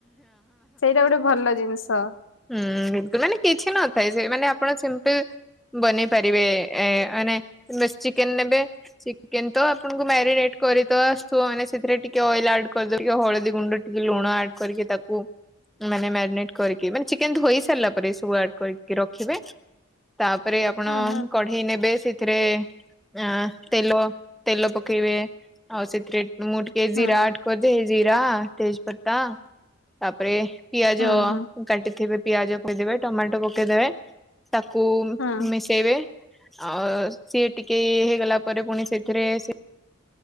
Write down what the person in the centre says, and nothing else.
ହୁଁ ବିଲକୁଲ ମାନେ କିଛି ନଥାଏ ସେ ମାନେ ଆପଣ ସିମ୍ପଲ ବନେଇପାରିବେ ମାନେ ଚିକେନ ନେବେ ଚିକେନ ତ ଆପଣଙ୍କୁ ମାରିନେଟ କରି ତ ଆସୁଥିବ ମାନେ ସେଥିରେ ଟିକେ ଅଏଲ ଆଡ କରିଦେ ହଳଦୀ ଗୁଣ୍ଡ ଟିକେ ଲୁଣ ଆଡ କରିକି ତାକୁ ମାନେ ମାରିନେଟ କରିକି ମାନେ ଚିକେନ ଧୋଇ ସାରିଲା ପରେ ଏ ସବୁ ଆଡ କରିକି ରଖିବେ ତା ତାପରେ ଆପଣ
କଢେଇ ନେବେ ସେ ସେଥିରେ ଆଁ ତେଲ ତେଲ ପକେଇବେ ଆଉ ସେଥିରେ ମୁ ଟିକେ
ଜୀରା ଆଡ୍ କରିଦିଏ ଜୀରା ତେଜପତା ତାପରେ ପିଆଜ
କାଟିଥିବେ ପିଆଜ ପକେଇଦେବେ ଟମାଟୋ ପକେଇଦେବେ। ତାକୁ
ମିଶେଇବେ। ଆ ସିଏ ଟିକେ ହେଇଗଲା ପରେ ପୁଣି ସେଥିରେ ସେ